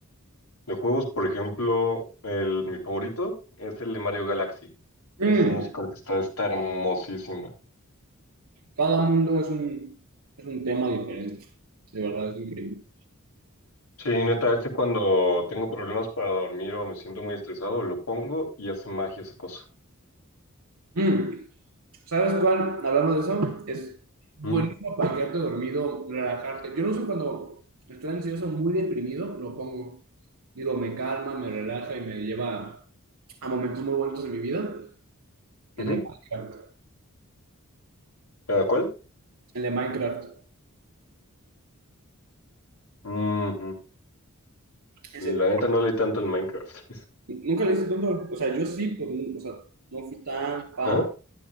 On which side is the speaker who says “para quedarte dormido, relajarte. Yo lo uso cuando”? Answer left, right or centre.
Right